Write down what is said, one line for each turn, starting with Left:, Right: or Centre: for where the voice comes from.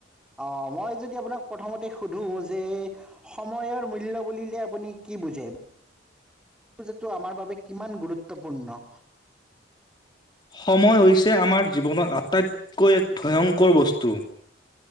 Centre: অ, মই যদি আপোনাক প্ৰথমতে সোধোঁ যে সময়ৰ মূল্য বুলিলে, আপুনি কি বুজে? <inaudible> আমাৰ বাবে কিমান গুৰুত্বপূৰ্ণ।
Left: সময় হৈছে আমাৰ জীৱনৰ আটাইতকৈ এক ভয়ংকৰ বস্তু।